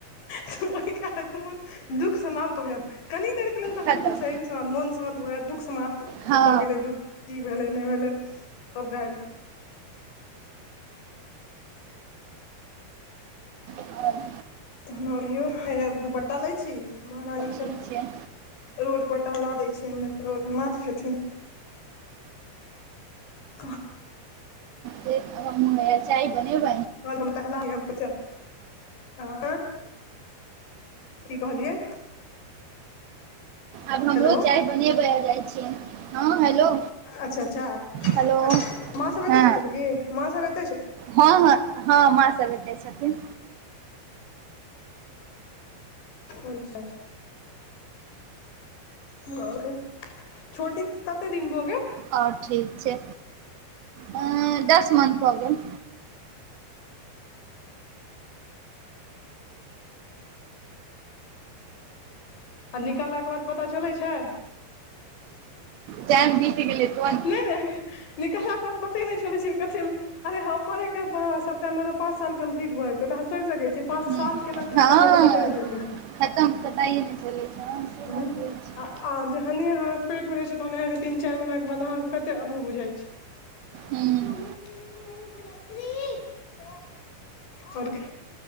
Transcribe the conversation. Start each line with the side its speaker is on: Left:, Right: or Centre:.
Left: त ओहि क आगु म दुख समाप्त होयत कनि देरके लेल त अहाँके
Right: खतम
Left: दुख सही समाप्त मन शान्त होयत दुख समाप्त
Right: हँ
Left: खत गेलै दुख की भेलै नहि भेलै सब गाय
Right: आओर
Left: <unintelligible> दूपट्टा लै छी महारानी
Right: ठीक छै
Left: रोडपर टहला दै छियै नहि त ओ माथ खेथिन क
Right: से आब हमहूँ चाय बनेब
Left: <unintelligible> की कहलियै
Right: आब हमरो
Left: हेलो
Right: चाय बनेबए जाइ छियै हँ हेलो
Left: अच्छा चाय अच्छा
Right: हेलो
Left: माँ सब एतेय
Right: हँ
Left: छथिन कि माँ सब एतेय
Right: हँ हँ हँ माँ सब एतै छथिन
Left: अच्छाच्ा ओ छोटी कते दिन भऽ गेल
Right: हँ ठीक छै अ दस मंथ भऽ गेल
Left: आ निकलला के बाद पता चलै छै
Right: टाइम बीत गेलै तुरन्त
Left: नहि नहि निकला के बाद पते नहि चलै छी क अरे हमर सबटा मे पाँंच साल कम्प्लीटएत सोच सकै छिऐ पाँच
Right: हूँ
Left: साल केना खतम
Right: हँ
Left: भेलै पतै नहि चललै
Right: खतम पताए नहि चलै छै हँ से
Left: ह
Right: बात होइ छै
Left: आ आ जहनह पेट मे रहै छै तहन अहाँके तीन चारि महिनना के बाद अहाँके कते अबुह बुझइ छै
Right: हूँ
Left: म श्त क बोी <inaudible> आओर